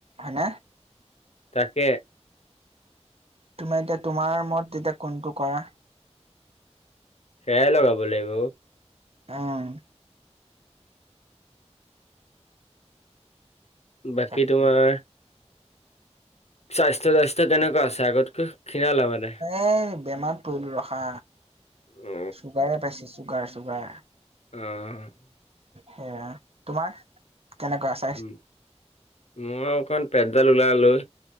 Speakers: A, on the right; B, on the left.
A: নে?
B: তাকে।
A: তোমাৰ এতিয়া তোমাৰ মত এতিয়া কোনটো কৰা।
B: সেয়াই লগাব লাগিব।
A: অহ।
B: বাকী
A: তাকে
B: তোমাৰ স্বাস্থ্য, স্বাস্থ্য কেনেকুৱা আছে আগত কে ক্ষীণালা মানে।
A: এ বেমাৰত পৰিলোঁ ৰখা
B: অ
A: চুগাৰে পাইছে, চুগাৰ চুগাৰ।
B: অহ।
A: সেয়া, তোমাৰ কেনেকুৱা আছে?
B: উম, মই অকণ পেডডাল ওলাই ল'লোঁ।